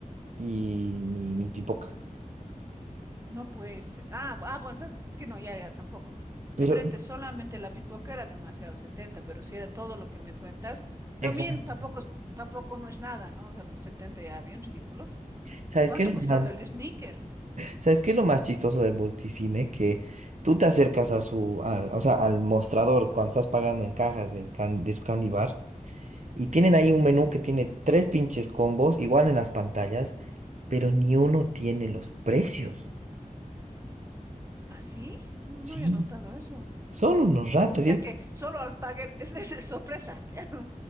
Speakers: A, on the right; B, on the right.
A: y mi, mi pipoca.
B: No puede ser. Ah, bu- ah, bueno, ¿sabes? es que no, ya, ya tampoco.
A: Pero,
B: De frente,
A: y-
B: solamente la pipoca era demasiado 70, pero si era todo lo que me cuentas, también
A: exacto.
B: tampoco es, tampoco no es nada, ¿no? O sea, pues 70 ya, bien ridículos.
A: ¿Sabes
B: ¿Cuánto
A: qué es
B: ha
A: lo
B: costado
A: más,
B: el sneaker?
A: ¿sabes qué es lo más chistoso del multicine? Que tú te acercas a su, al, o sea, al mostrador cuando estás pagando en cajas del can- de su candy bar. Y tienen ahí un menú que tiene tres pinches combos, igual en las pantallas, pero ni uno tiene los precios.
B: ¿Ah, sí? No,
A: Sí,
B: no había notado eso.
A: son unos ratas.
B: O sea
A: Y es...
B: que solo al pagar, <laughs> es, es, es sorpresa, <laughs> ya. no,